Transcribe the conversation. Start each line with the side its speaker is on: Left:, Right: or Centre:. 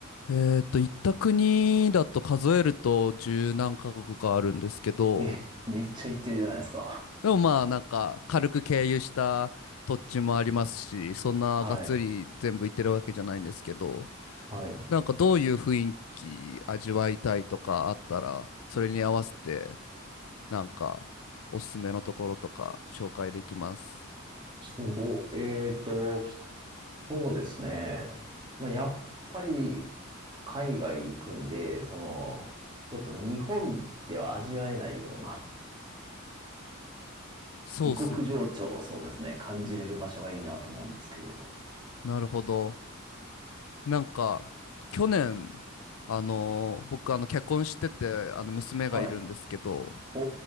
Left: えっと、行った国だと数えると十何カ国かあるんですけど、
Right: え、めっちゃ行ってるじゃないですか。
Left: でもまあなんか軽く経由した土地もありますし、そんながっつり全部行ってるわけじゃないんですけど、
Right: はい。はい。
Left: なんかどういう雰囲気味わいたいとかあったら、それに合わせてなんかおすすめのところとか紹介できます。
Right: すごい、えーと、そうですね。まあ、やっぱり海外行くんで、その、ちょっと日本では味わえないような
Left: そうっすよね。
Right: 異国情緒をそうですね、感じれる場所がいいなと思うんですけど。
Left: うん、なるほど。なんか、去年、あのー僕、あの、結婚してて、あの、娘がいるんですけど、
Right: はい。お